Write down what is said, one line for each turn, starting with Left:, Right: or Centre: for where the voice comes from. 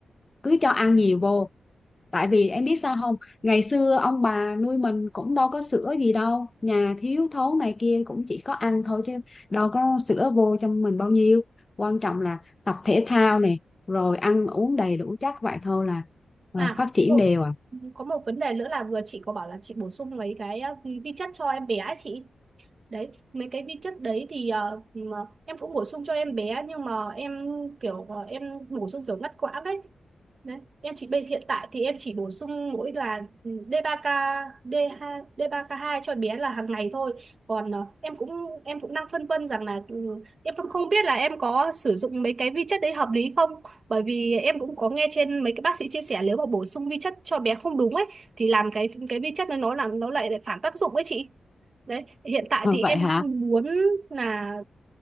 Left: cứ cho ăn nhiều vô Tại vì em biết sao không, ngày xưa ông bà nuôi mình cũng đâu có sữa gì đâu, nhà thiếu thốn này kia cũng chỉ có ăn thôi chứ đâu có sữa vô cho mình bao nhiêu. Quan trọng là tập thể thao nè, rồi ăn uống đầy đủ chắc vậy thôi là ờ,
Right: à
Left: phát triển
Right: đúng rồi
Left: đều à.
Right: có một vấn đề nữa là vừa chị có bảo là chị bổ sung mấy cái uh, vi chất cho em bé ấy chị đấy mấy cái vi chất đấy thì ờ, mà em cũng bổ sung cho em bé nhưng mà em kiểu ờ, em bổ sung kiểu ngắt quãng đấy đấy em chỉ bây hiện tại thì em chỉ bổ sung mỗi là ừ, D3K D2 D3K2 cho bé là hàng ngày thôi còn ờ, em cũng em cũng đang phân vân rằng là ừ, em cũng không biết là em có sử dụng mấy cái vi chất đấy hợp lý không bởi vì em cũng có nghe trên mấy cái bác sĩ chia sẻ nếu mà bổ sung vi chất cho bé không đúng ấy thì làm cái cái vi chất này nó làm nó lại lại phản tác dụng ấy chị Đấy, hiện tại
Left: Ờ,
Right: thì em
Left: Vậy hả?
Right: đang muốn là